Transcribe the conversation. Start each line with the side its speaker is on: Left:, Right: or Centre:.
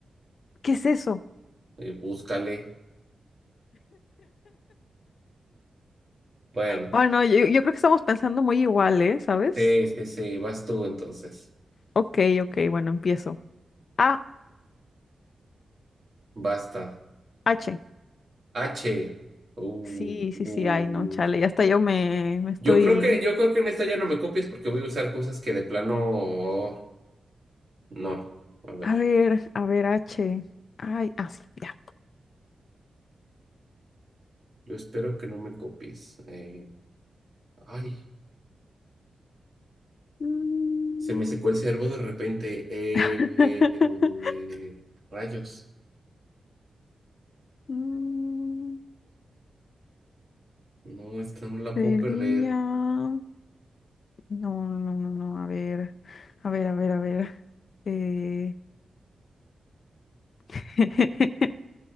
Left: ¿Qué es eso?
Right: Eh, búscale. Bueno,
Left: Bueno, yo, yo creo que estamos pensando muy igual, ¿eh? ¿Sabes?
Right: sí, sí, sí, vas tú entonces.
Left: Ok, ok, bueno, empiezo. A,
Right: Basta.
Left: H.
Right: H. Uh, uh,
Left: Sí, sí,
Right: uh.
Left: sí, ay, no, chale, ya hasta yo me, me estoy...
Right: Yo creo que, yo creo que en esta ya no me copies porque voy a usar cosas que de plano no. A ver,
Left: A ver, a ver, H. Ay, ah, sí, ya.
Right: yo espero que no me copies. Eh, ay.
Left: Mm,
Right: Se me secó el cerebro de repente. Eh,
Left: <laughs>
Right: rayos.
Left: mm,
Right: No, esta no la
Left: Sería...
Right: puedo perder.
Left: No, no, no, no, no, a ver, a ver, a ver, a ver. Eh... <laughs>